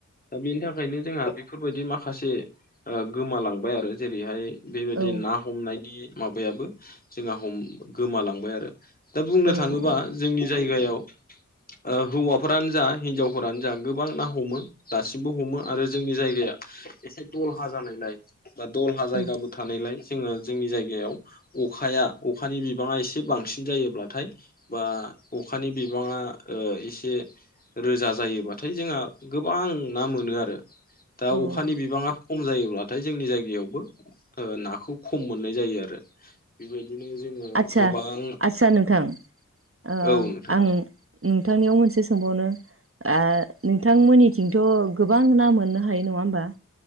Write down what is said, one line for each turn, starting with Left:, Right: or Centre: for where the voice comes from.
Left: दा बेनि थाखायनो जोंहा बे फोरबायदि माखासे ओ गोमालांबाय आरो जेरैहाय बेबायदि
Right: औ
Left: ना हमनायनि माबायाबो जोंहा हम गोमालांबाय आरो। दा बुंनो
Right: औ
Left: थाङोबा
Right: औ
Left: जोंनि जायगायाव ओ हौवाफोरानो जा हिनजावफोरानो जा गोबां ना हमो। दासिमबो हमो आरो जोंनि जायगाया एसे दलहा जानायलाय बा दलहा
Right: औ
Left: जायगाबो
Right: औ
Left: थानायलाय जोंङो जोंनि जायगायाव अखाया अखानि बि बाङा एसे बांसिन जायोब्लाथाय बा अखानि बिबाङा ओ एसे रोजा जायोबाथाय जोंहा गोबां ना मोनो आरो। दा
Right: औ
Left: अखानि
Right: अ
Left: बिबाङा खम जायोब्लाथाय जोंनि जायगायावबो ओ नाखौ खम मोननाय जायो आरो। बिबायदिनो जोङो
Right: सा
Left: गोबां
Right: आस्सा नोंथां ओ
Left: औ नोंथां
Right: आं नोंथांनियाव मोनसे सोंबावनो आ नोंथांमोननिथिंथ' गोबां ना मोननो हायो नङा होमबा?